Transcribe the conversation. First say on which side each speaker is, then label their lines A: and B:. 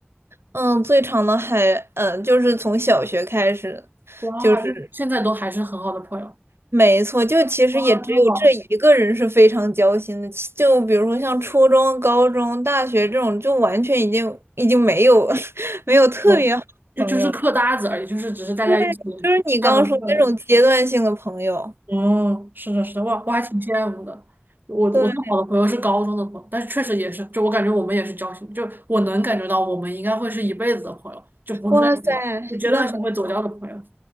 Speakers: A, on the right; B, on the right.
A: 嗯，最长的还，嗯就是从小学开始，
B: 哇，
A: 就是。
B: 就现在都还是很好的朋友。
A: 没错，就其实也只有这一个人是非常交心的，
B: 哇，真好。
A: 其就比如说像初中、高中、大学这种，就完全已经已经没有 <laughs> 没有特别好的朋友。
B: 哦，就就是课搭子而已，就是只是大家一起
A: 对，就是你刚刚说那种阶段性的朋友。
B: 上个课。哦，是的，是的，我我还挺羡慕的。我我最好的朋友是高中的朋友，
A: 对，
B: 但是确实也是，就我感觉我们也是交心，就我能感觉到我们应该会是一辈子的朋友，就不是那种就阶段性会走掉的朋友。
A: 哇塞，那很，